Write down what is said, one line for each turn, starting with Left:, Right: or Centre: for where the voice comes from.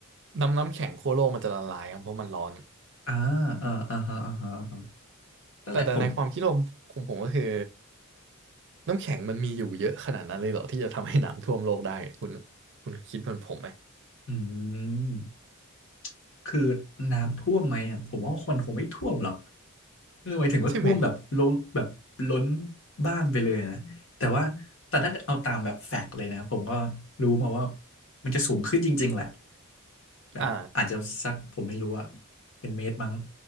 Right: น้ำน้ำแข็งขั้วโลกมันจะละลายครับเพราะมันร้อน
Left: อ่าอ่าอ่าฮะอ่าฮะอ่าฮะนั่นแหละผม
Right: แต่แต่ในความคิดผมของผมก็คือน้ำแข็งมันมีอยู่เยอะขนาดนั้นเลยเหรอที่จะทำให้น้ำท่วมโลกได้คุณคุณคิดเหมือนผมไหม
Left: อืม คือน้ำท่วมไหมอ่ะผมว่าคนคงไม่ท่วมหรอกเออหมายถึงว่าท่วมแบบล้นแบบล้น
Right: ใช่ไหม
Left: บ้านไปเลยนะแต่ว่าแต่ถ้าเอาตามแบบแฟกต์เลยนะผมก็รู้มาว่ามันจะสูงขึ้นจริงๆแหละแบบอาจจะสักผมไม่รู้อะ
Right: อ่า
Left: เป็นเมตรมั้ง